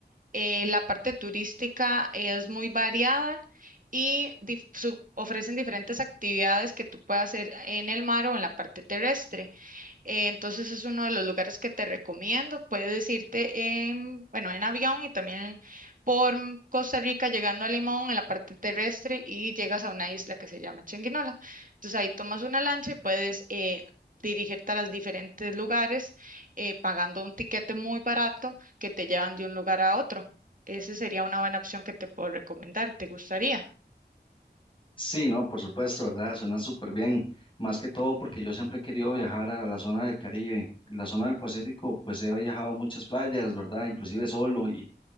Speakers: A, on the right; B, on the left.
A: Eh, la parte turística es muy variada y dif- su- ofrecen diferentes actividades que tú puedes hacer en el mar o en la parte terrestre. Eh, entonces es uno de los lugares que te recomiendo. Puedes irte en, bueno, en avión y también por Costa Rica llegando a Limón en la parte terrestre y llegas a una isla que se llama Changuinola. Entonces ahí tomas una lancha y puedes eh, dirigirte a los diferentes lugares eh, pagando un tiquete muy barato que te llevan de un lugar a otro. Esa sería una buena opción que te puedo recomendar. ¿Te gustaría?
B: Sí, no, por supuesto, ¿verdad? Suena súper bien. Más que todo porque yo siempre he querido viajar a la zona del Caribe. La zona del Pacífico, pues he viajado a muchas playas, ¿verdad? Inclusive solo y